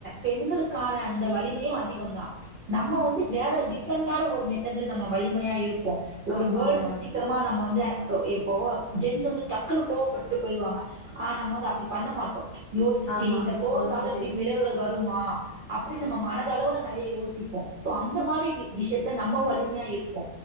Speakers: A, on the right (about 50°); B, on the left (about 40°).
A: பெண்களுக்கான அந்த வலிமையு அதிகோந்தா நம்ம
B: ஆமா
A: வந்து வேற டி ஃப்ரெண்டான ஒரு மெத்தேட்ல நம்ம வலிமையா இருப்போ ஒரு
B: ஆமா
A: பேர்டன
B: ஆமாங்க
A: சீக்கிரமா நம்ம வந்து ஒரு இப்போ ஜென்ஸ் வந்து டக்குனு கோவப்பட்டுட்டு போய்டுவாங்க ஆ நம்ம வந்து அப்டி பண்ண மாட்டோ யோசிச்சு
B: ஆமா
A: இந்த கோவ்த்தால
B: யோசிச்சது
A: பின் விளைவுகள் வருமா அப்டி
B: ஆ
A: நம்ம மனதளவுல நறைய யோசிப்போ சோ அந்த மாரி வி விஷ்யத்ல நம்முவ் வலிமையா இருப்போ